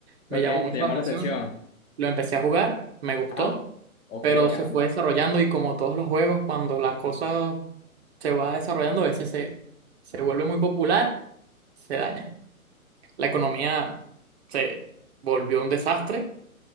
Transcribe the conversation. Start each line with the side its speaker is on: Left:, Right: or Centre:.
Right: Me
Left: Ok,
Right: llamó mucho
Left: te llamó
Right: la atención.
Left: la atención.
Right: Lo empecé a jugar, me gustó,
Left: Ajá, ok,
Right: pero se
Left: ajá,
Right: fue desarrollando y como todos los juegos, cuando la cosa se va desarrollando, a veces se, se vuelve muy popular, se daña. La economía se volvió un desastre.